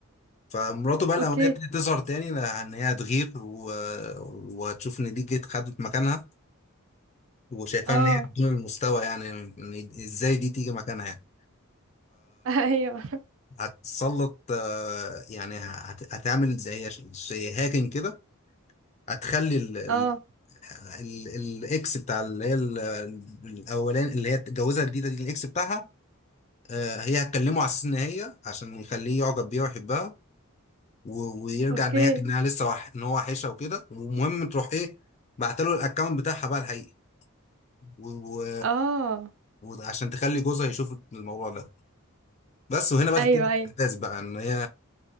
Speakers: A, on the left; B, on the right.
A: فمراته بقى الاولانيه
B: اوكي
A: ابتدت تظهر تاني لان هي هتغير و... وهتشوف ان دي جت خدت مكانها وشايفاها
B: اه
A: ان هي بدون المستوى يعني إن ازاي دي تيجي مكانها يعني
B: <laughs> ايوه
A: فهتسلط آه، يعني هت- هتعمل زي زي هاكينج كده هتخلي ال- ال-
B: اه
A: ال- الاكس بتاع اللي هي ال- الاولاني اللي هي اتجوزها الجديده دي الاكس بتاعها آه، هي هتكلمه على اساس ان هي عشان يخليه يعجب بيها ويحبها و- ويرجع
B: اوكي
A: ان هي انها لسه وح... ان هو وحشها وكده ومهم تروح ايه بعتله الاكونت بتاعها بقى الحقيقي و...
B: اه
A: و... وعشان تخلي جوزها يشوف الموضوع ده بس وهنا بقى
B: ايوه
A: تبتدي
B: ايوه
A: الاحداث بقى ان هي